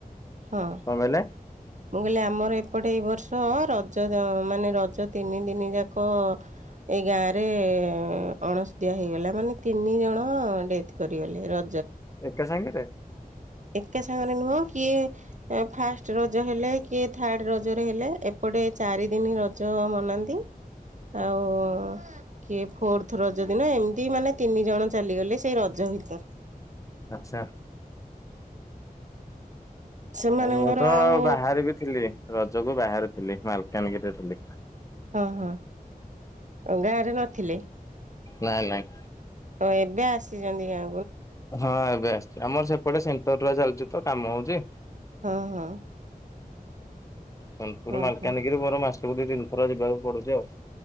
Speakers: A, on the right; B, on the left.
A: ହୁଁ।
B: କଣ କହିଲେ?
A: ମୁଁ କହିଲି ଆମର ଏପଟେ ଏଇ ବର୍ଷ ରଜ ଦ ମାନେ ରଜ ତିନି ଦିନି ଯାକ ଏଇ ଗାଁରେ ଅଣସୋଦିଆ ହେଇଗଲା ମାନେ ତିନି ଜଣ ଡେଥ କରିଗଲେ ର
B: ଏକା ସାଙ୍ଗେରେ?
A: ଏକା ସାଙ୍ଗରେ ନୁହଁ କିଏ ଏ ଫାଷ୍ଟ ରଜ ହେଲେ କିଏ ଥାର୍ଡ ରଜରେ ହେଲେ ଏପ ଏପଟେ ଚାରିଦିନି ରଜ ମନାନ୍ତି। ଆଉ କିଏ ଫୋର୍ଥ ରଜ ଦିନ ଏମିତି ମାନେ ତିନି ଜଣ ଚାଲିଗଲେ ସେଇ ରଜ ଭିତରେ।
B: ଆଚ୍ଛା।
A: ସେମାନଙ୍କର
B: ହ ହଉ ମୁଁ ତ
A: ଆଉ
B: ବାହାରେ ବି ଥିଲି ରଜକୁ ବାହାରେ ଥିଲି ମାଲକାନଗିରିରେ ଥିଲି।
A: ହଁ ହଁ। ଆଉ ଗାଁରେ ନଥିଲେ?
B: ନାଇଁ ନାଇଁ।
A: ଓହୋ ଏବେ ଆସିଛନ୍ତି ଗାଁ।
B: ହଁ ଏବେ ଆସିଛି ଆମର ସେପଟେ ସେଣ୍ଟରୁଆ ଚାଲିଚି ତ କାମ ହଉଚି।
A: ହଁ ହଁ।
B: ସୋନପୁର
A: ହଁ
B: ମାଲକାନଗିରି
A: ହଁ
B: ମୋର ମାସକୁ ଦୁଇ ତିନିଥର ଯିବାକୁ ପଡୁଚି ଆଉ।